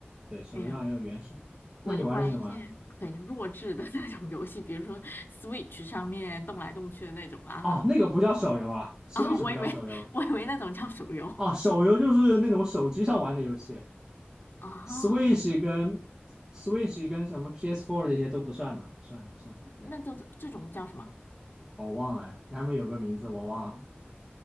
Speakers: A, on the right (about 15°); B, on the left (about 55°).
A: 对，手游上也有原神。
B: 没有。我就玩一些很弱智的
A: 那你玩的是什么？
B: <laughs> 那种游戏，比如说 Switch 上面动来动去的那种啊哈
A: 哦，那个不叫手游啊，Switch
B: 啊，我以为我以为那种叫手游
A: 不叫手游哦，手游就是那种手机上玩的游戏
B: 啊
A: ，Switch 跟 Switch 跟什么 PS4 这些都不算嘛，不算不算。对，
B: 那这种这种叫什么？
A: 我忘了，他们有个名字我忘了。